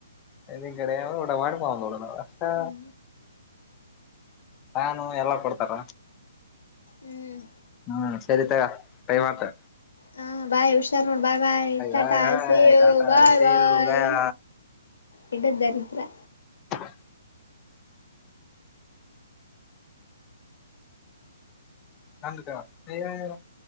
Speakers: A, on the left; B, on the left.
A: ಇಲ್ಲಿ ಕಡೆೆಯಂದು ಊಟಮಾಡಿ ಪಾವಳ ಪಕ್ಷಾ
B: ಹ್ಮ್
A: ನಾನು ಎಲ್ಲಾ ಕೊಡ್ತಾರ
B: ಹ್ಮ್
A: ಹ್ಮ್ ಸರಿತ ಟೈಮ್ ಆಯ್ತು
B: ಹ ಬಾಯ್ ಹುಷಾರೋ bye bye Tata
A: hi hi
B: ಸೇವ
A: ಟಾಟಾ
B: ಬಾಯ್
A: ಸೇವ್
B: ಬಾಯ್
A: ಗಯಾ
B: ಹಿಡದ್ದರಿದ್ರ
A: ಹ ನದ <unintelligible>